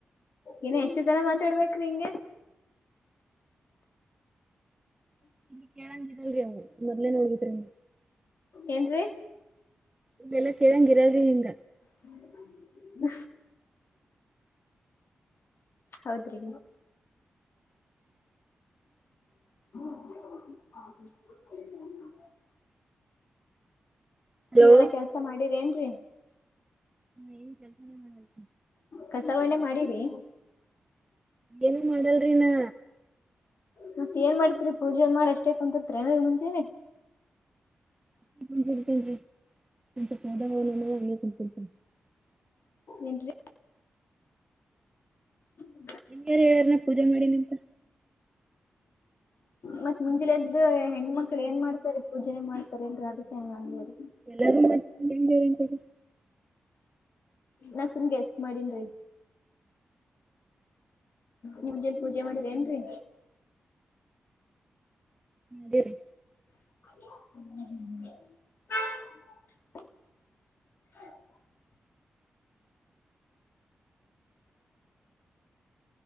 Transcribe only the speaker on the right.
ಇಲ್ಲಿ ಕೇಳಂಗಿಲ್ರಿ ಅವು ಮೊದ್ಲೆೇ ನೋಡ್ಗಿದ್ರಿ ನೀ.
ಇದೆಲ್ಲಾ ಕೇಳಂಗ ಇರಲ್ರಿ ಹಿಂಗ.
<inaudible>
<inaudible> ಹಲೋ
ನಾ ಏನ್ ಕೆಲಸನೇ ಮಾಡಲ್ಲ.
ಏನು ಮಾಡಲ್ರಿನಾ?
<unintelligible>
ನಿಮ್ಗಾರ ಹೇಳರೆ ಪೂಜೆ ಮಾಡಿನೀಂತ.
ಎಲ್ಲಾರೂ ಮಾಡ್ತ್ <unintelligible>
ದೇರಿ.
<inaudible>